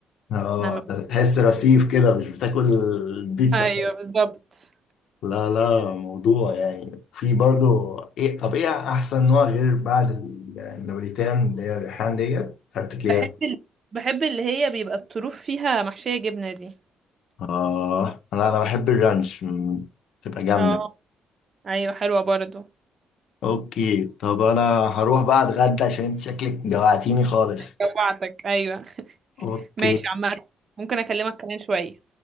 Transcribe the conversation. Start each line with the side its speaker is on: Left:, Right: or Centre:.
Left: اه
Right: انا ما
Left: تحس
Right: ب...
Left: رصيف كده مش بتاكل البيتزا
Right: ايوه بالظبط
Left: لا لا موضوع يعني في برضو ايه طب ايه احسن نوع غير بعد ال- النابريتان اللي هي الريحان ديت هاتك ليها
Right: بحب ال... بحب اللي هي بيبقى الطروف فيها محشية جبنة دي
Left: اه انا انا بحب الرانش مم، تبقى جامده
Right: اه ايوه حلوة برضو
Left: اوكي طب انا هروح بقى اتغدى عشان انت شكلك جوعتيني خالص
Right: جوعتك ايوه <laughs>
Left: اوكي
Right: ماشي عمال ممكن اكلمك كمان شوية